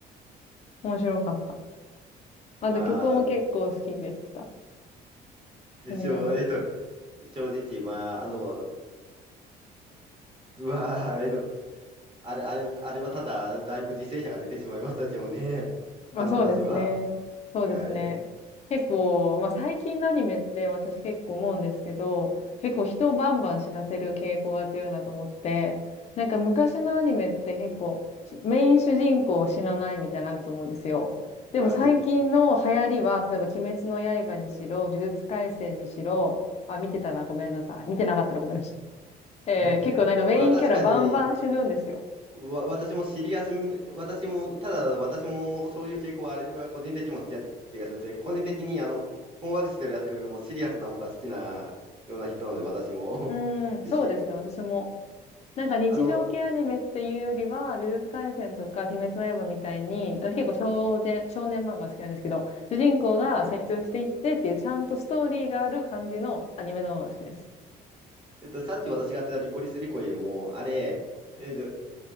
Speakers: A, on the left; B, on the right.
A: 面白かった。
B: まあ、
A: あと曲も結構好きでした。
B: あの、
A: アニメの。
B: 正、えっと、正直、まあ、あの、うわー、えっと、あれ、あれ、あれはただ、だいぶ犠牲者が出てしまいましたけどね、
A: まあそうですね。
B: あの話は。
A: そうですね。
B: はい。
A: 結構、まあ最近のアニメって私結構思うんですけど、結構人をバンバン死なせる傾向が強いなと思って、なんか昔のアニメって結構しメイン主人公死なないみたいなのあると思うんですよ。
B: まあ、
A: でも最近の流行りは、
B: ちょっと、
A: 例えば鬼滅の刃にしろ、呪術廻戦にしろ、あ、見てたらごめんなさい。見てなかったらごめんなさい。<laughs> えー結構なんかメインキャラバンバン死ぬんですよ。
B: <laughs> まあ、確かに、わ、私もシリアス私も、ただ私もそういう傾向はあれは個人的にも好きな気がしますね。個人的にあの、本ワークスでやってるよりもシリアスな方が好きなような人なので、私も
A: うーん、
B: <laughs> 自身。
A: そうですね。私も。なんか日常系アニメっていうよりは、
B: あの、
A: 呪術廻戦とか鬼滅の刃みたいに、私結構少年、少年漫画好きなんですけど、主人公が成長していってっていうちゃんとストーリーがある感じのアニメの方が好きです。
B: はい。えっと、さっき私がやってたリコリスリコイルも、あれ、えっと、